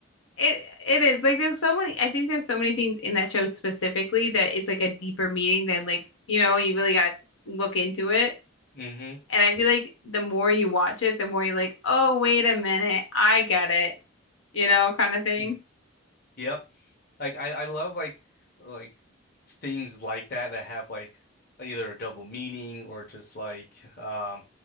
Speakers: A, on the left; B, on the left.
A: It it is like there's so many I think there's so many things in that show specifically that it's like a deeper meaning than like, you know, you really gotta look into it.
B: Mm-hmm.
A: And I feel like the more you watch it, the more you're like, "Oh, wait a minute, I get it." You know, kind of thing.
B: Mm, Yep. Like I, I love like like things like that that have like either a double meaning or just like um